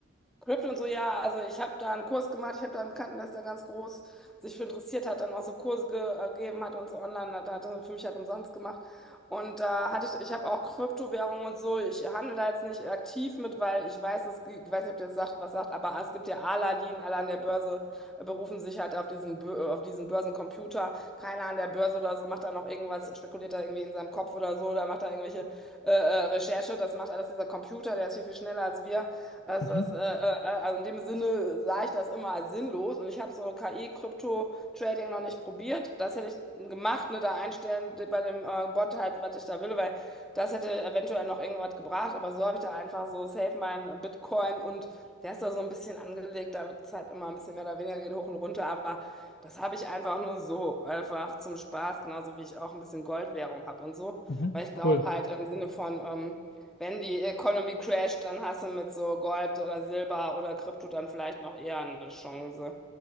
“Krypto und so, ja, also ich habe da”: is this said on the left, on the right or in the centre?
Centre